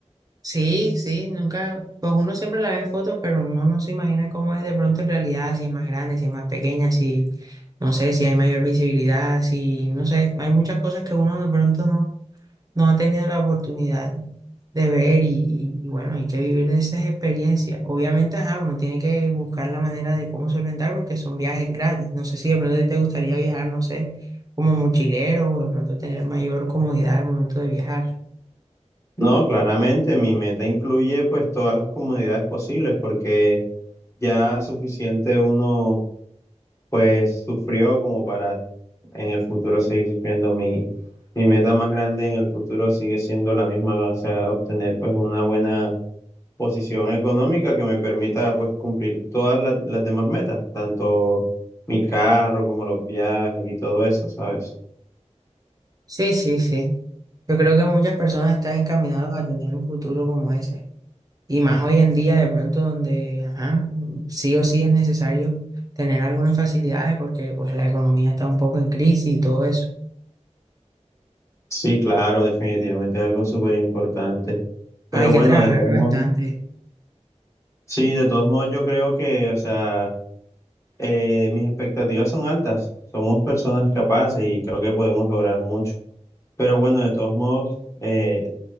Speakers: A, on the right (about 30°); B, on the left (about 25°).
A: Sí, sí, nunca, pues uno siempre la ve en fotos, pero uno no se imagina cómo es de pronto en realidad, si es más grande, si es más pequeña, si... No sé si hay mayor visibilidad, si no sé, hay muchas cosas que uno de pronto no, no ha tenido la oportunidad de ver y, y- y bueno, hay que vivir de esas experiencias. Obviamente, ajá, uno tiene que buscar la manera de cómo solventar porque son viajes gratis. No sé si de pronto a ti te gustaría viajar, no sé, como mochilero o de pronto tener mayor comodidad al momento de viajar.
B: No, claramente mi meta incluye pues todas las comodidades posibles porque ya es suficiente uno pues sufrió como para en el futuro seguir sufriendo. Mi, mi meta más grande en el futuro sigue siendo la misma, o sea, obtener pues una buena posición económica que me permita pues cumplir todas las, las demás metas, tanto mi carro como los viajes y todo eso, ¿sabes?
A: Sí, sí, sí. Yo creo que muchas personas están encaminadas a tener un futuro como ese. Y más hoy en día, de pronto, donde, ajá, sí o sí es necesario tener algunas facilidades porque pues la economía está un poco en crisis y todo eso.
B: Sí, claro, definitivamente es algo súper importante. Pero
A: Hay
B: bueno,
A: que trabajar
B: de todos
A: bastante.
B: modos. Sí, de todos modos yo creo que, o sea, eh, mis expectativas son altas. Somos personas capaces y creo que podemos lograr mucho. Pero bueno, de todos modos, eh,